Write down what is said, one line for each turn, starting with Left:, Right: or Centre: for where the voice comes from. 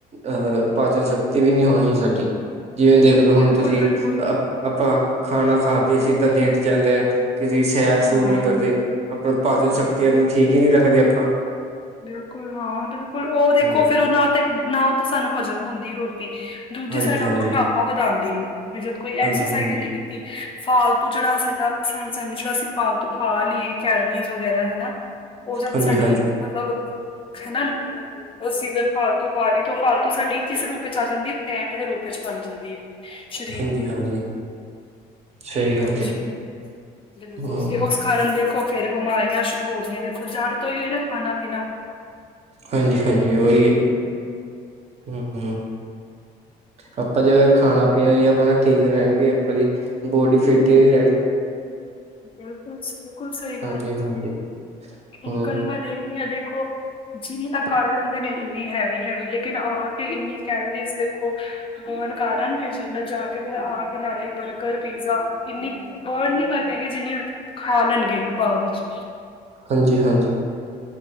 Right: ਅਹ ਪਾਚਨ ਸ਼ਕਤੀ ਵੀ ਨਹੀਂ ਹੋਣੀ ਸਾਡੀ, ਜਿਵੇਂ ਦੇਖ ਲੋ
Left: ਬਿਲਕੁਲ-ਬਿਲਕੁਲ
Right: ਹੁਣ ਤੁਸੀਂ ਆਪਾਂ ਖਾਣਾ ਖਾ ਕੇ ਸਿੱਧਾ ਲੇਟ ਜਾਂਦੇ ਹ। ਕਿਸੀ ਸੈਰ ਸੁਰ
Left: ਹੂੰ
Right: ਨੀ ਕਰਦੇ, ਆਪਣਾ ਪਾਚਨ ਸ਼ਕਤੀ
Left: ਬਿਲਕੁਲ।
Right: ਆਪਣੀ ਠੀਕ ਹੀ ਨਹੀਂ ਰੱਖਦੇ ਆਪਾਂ।
Left: ਬਿਲਕੁਲ ਹਾਂ ਬਿਲਕੁਲ, ਉਹ ਦੇਖੋ
Right: ਹਾਂਜੀ।
Left: ਫੇਰ ਉਹ ਨਾ ਤਾਂ ਨਾ ਉਹ ਤਾਂ ਸਾਨੂੰ ਹਜ਼ਮ ਹੁੰਦੀ ਰੋਟੀ। ਦੂਜੀ
Right: ਹਾਂਜੀ,
Left: ਸਾਡਾ
Right: ਹਾਂਜੀ,
Left: ਮੋਟਾਪਾ ਵਧਾਦੀ ਐ, ਜਦ ਕੋਈ
Right: ਹਾਂਜੀ,
Left: ਐਕਸਰਸਾਈਜ਼
Right: ਹਾਂਜੀ,
Left: ਨਹੀਂ ਕੀ ਤੇ ਫਾਲਤੂ ਜਿਹੜਾ ਸਾਡਾ ਸਨ-ਸਨ, ਸਾਨੂੰ ਜਿਹੜਾ ਅਸੀਂ ਫਾਲਤੂ ਖਾ ਲਈਏ ਕੈਲਰੀਜ਼ ਵਗੈਰਾ ਹੈਨਾ। ਉਹ ਜਦ
Right: ਹਾਂਜੀ,
Left: ਸਾਡੀ
Right: ਹਾਂਜੀ,
Left: ਮਤਲਬ ਹਨਾ ਅਸੀਂ ਅਗਰ ਫਾਲਤੂ ਖਾ ਲਈਏ ਤਾਂ ਉਹ ਫਾਲਤੂ ਸਾਡੀ ਕਿਸ ਰੂਪ ਚ ਆ ਜਾਂਦੀ ਐ, ਫੈਟ ਦੇ ਰੂਪ ਵਿੱਚ ਬਣ ਜਾਂਦੀ ਐ। ਸਰੀਰ
Right: ਹਾਂਜੀ,
Left: ਤੇ
Right: ਹਾਂਜੀ। ਸਹੀ ਗੱਲ
Left: ਹਾਂਜੀ,
Right: ਹੈ
Left: ਬਿਲਕੁਲ
Right: ਹੂੰ,
Left: ਤੇ ਉਸ ਕਾਰਨ ਦੇਖੋ ਫੇਰ ਬਿਮਾਰੀਆਂ ਸ਼ੁਰੂ ਹੋ ਗਈਆਂ ਦੇਖੋ, ਜਾਣ ਤੋਂਈ ਹੋਈ ਨਾ ਖਾਣਾ ਪੀਣਾ।
Right: ਹਾਂਜੀ-ਹਾਂਜੀ, ਵਧੀਆ ਜੀ, ਹੁੰ-ਹੁੰ। ਆਪਾਂ ਜ ਖਾਣਾ ਪੀਣਾ ਹੀ ਆਪਣਾ ਠੀਕ ਰਹਿਣਗੇ, ਆਪਾਂ ਦੀ ਬੋਡੀ ਫਿਟ ਹੀ ਨਹੀਂ ਰਹਿਣ
Left: ਬਿਲਕੁਲ ਸ ਬਿਲਕੁਲ ਸਹੀ ਗੱਲ
Right: ਹਾਂਜੀ-ਹਾਂਜੀ
Left: ਐ, ਅ
Right: ਹੂੰ
Left: ਕਇ ਮੈਂ ਦੇਖ ਰਹੀ ਆ ਦੇਖੋ ਜਿਮ ਤਾਂ ਕਰ ਲੈਂਦੇ ਨੇ ਇੰਨੀ ਹੈਵੀ-ਹੈਵੀ ਲੇਕਿਨ ਆ ਕੇ ਇੰਨੀ ਕੈਲਰੀਜ਼ ਦੇਖੋ ਬਰਨ ਕਰ ਆਂਗੈ ਜੀ, ਜਾ ਕੇ ਫਿਰ ਆ ਕੇ ਨਾਲੇ ਬਰਗਰ, ਪੀਜ਼ਾ ਇੰਨੀ ਬਰਨ ਨੀ ਕਰ ਹੈਗੇ ਜਿੰਨੇ, ਖਾ ਲੈਣਗੇ ਬਾਅਦ ਵਿੱਚ।
Right: ਹਾਂਜੀ-ਹਾਂਜੀ।